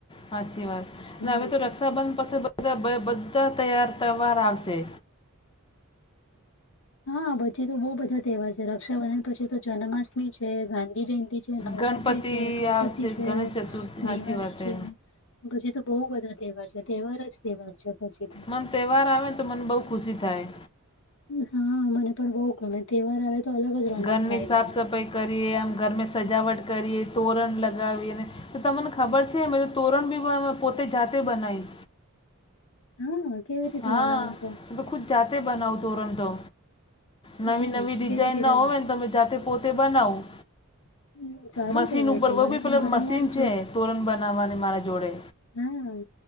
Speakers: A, on the left (about 25°); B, on the left (about 60°).
A: હાચી વાત,
B: હમ
A: હવે તો રક્ષાબંધ પછી બધા બધા તહેવાર આવશે.
B: હા, પછી તો બહુ બધા તહેવાર છે રક્ષાબંધન પછી તો જન્માષ્ટમી છે, ગાંધી ગાંધી જયંતિ છે, નવરાત્રી
A: ગણપતિ
B: છે, ગણપતિ
A: આવશે
B: છે,
A: ગણેશ ચતુર્થી સાચી
B: દિવાળી
A: વાત
B: છે
A: હે
B: પછી તો બહુ બધા તહેવાર છે, તહેવાર જ તહેવાર છે પછી તો.
A: મને તહેવાર આવેને તો મને બહુ ખુશી થાય.
B: હા, મને પણ બહું ગમે તહેવાર આવે તો અલગ જ રોનક
A: ઘરની
B: થાય
A: સાફ
B: ઘરમાં.
A: સફાઈ કરીએ એમ ઘર મેં સજાવટ કરીએ, તોરણ લગાવીએ અને તો તમને ખબર છે અમે તોરણ બી પોતે જાતે બનાવી
B: હ, કેવી રીતે
A: હા
B: બનાવો છો?
A: તો ખુદ જાતે બનાવું તોરણ તો નવી-નવી
B: હા
A: ડિઝાઇનના
B: કેવી રીતે
A: હોય ને તમે જાતે પોતે બનાવું.
B: હમ, સારું
A: મશીન
B: કેવાય
A: ઉપર
B: તો
A: બી
B: મને પણ
A: પેલા
B: બનાવી
A: મશીન
B: આપજો
A: છે તોરણ બનાવવાની મારા જોડે
B: હા